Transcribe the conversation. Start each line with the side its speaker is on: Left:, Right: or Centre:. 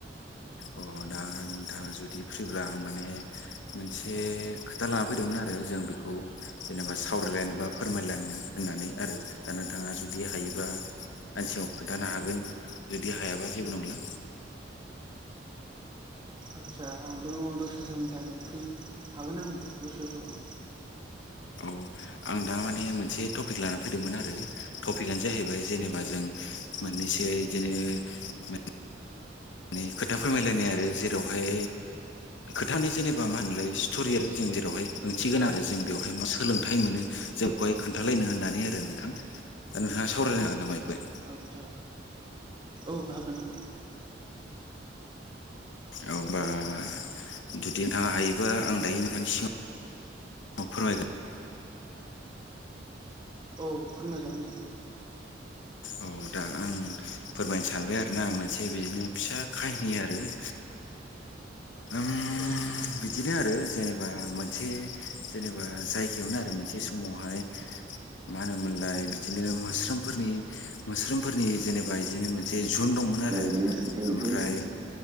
Left: अ दा नोंथाङा जुदि फ्रिब्ला आं माने मोनसे खोथा लाना फैदोंमोन आरो आरो जों बेखौ जेनेबा सावरायलायनो बा फोरमायलायनो होननानै आरो दा नोंथाङा जुदि हायो <unintelligible> आंनि सिगाङाव खोन्थानो हागोन जुदि हायाबा जेबो नंला
Right: आदसा आंथ' दसे समनि थाखाय फ्रि हागोन आङो दसे समखौ
Left: औ आं दा माने मोनसे टपिक लाना फैदोंमोन आरो टपिकआनो जाहैबाय जेनेबा जों मोनैसै बिदिनो माने खोथा फोरमायलायनाय आरो जेरावहाय खोथानि जेनेबा मा होनोमोनलाय स्ट'रियेल जों जों जेरावहाय ओंथिगोन आरो जों बेयावहाय मा सोलोंथाइ मोनो जोंखौहाय खोन्थालायनो होननानै आरो नोंथां दा नोंथाङा सावरायनो हागोन नामा बेखौहाय?
Right: आतसा औ हागो नों
Left: अबा जुदि नोंथाङा हायोबा आं दायो नोंथांनि सिगां अ फोरमायगोन
Right: औ फोरमायजागोन दे
Left: औ दा आं फोरमायनो सानबाय आरोना मोनसे बिदिनो फिसा खाहिनि आरो <inaudible> ओम
Right: औ
Left: बिदिनो आरो जेनेबा मोनसे जेनेबा जायगायावनो आरो मोनसे समावहाय मा होनोमोनलाय बिदिनो मस्रोमफोरनि मोस्रोफोरनि जेनेबा बिदिनो मोनसे जुन दंमोन आरो
Right: ओमफ्राय बेनि मोनसे
Left: ओमफ्राय
Right: जुन